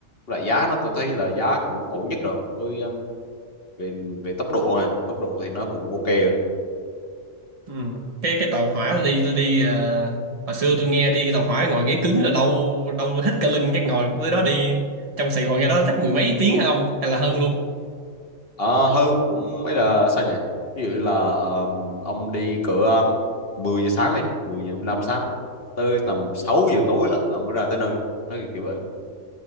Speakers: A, on the left; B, on the right.
A: lại giá nó tôi thấy là giá cũng ổn nhất rồi với um, về về tốc độ này tốc độ thì nó cũng ok ạ.
B: Ừ. Cái cái tàu hỏa tôi đi tôi đi ờ, hồi xưa tôi nghe đi tàu hỏa ngồi ghế cứng là đau đau hết cả lưng chắc ngồi tới đó đi trong Sài Gòn ra đó chắc mười mấy tiếng hả ông hay là hơn luôn.
A: Ờ, hơn cũng ấy là sao nhỉ ví dụ là ờm, ông đi cỡ um, 10 giờ sáng này 10 giờ 15 sáng tới tầm 6 giờ tối á, là mới ra tới nơi nó kiểu, kiểu vậy